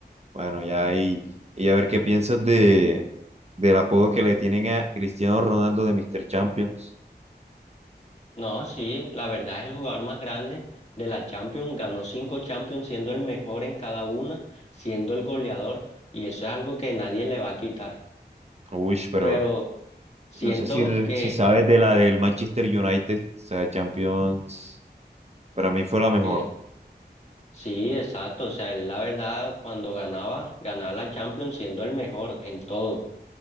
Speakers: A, on the right (about 40°); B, on the left (about 40°).
A: bueno, ya ahí. Y a ver qué piensas de, del apodo que le tienen a Cristiano Ronaldo de Mr. Champions.
B: No, sí, la verdad es el jugador más grande de la Champions, ganó cinco Champions siendo el mejor en cada una, siendo el goleador, y eso es algo que nadie le va a quitar.
A: Uy, pero
B: Pero siento
A: no sé si, re-
B: que,
A: si sabes de la del Manchester United, o sea, Champions, para mí fue la mejor,
B: que sí, exacto, o sea, él la verdad cuando ganaba, ganaba la Champions siendo el mejor en todo.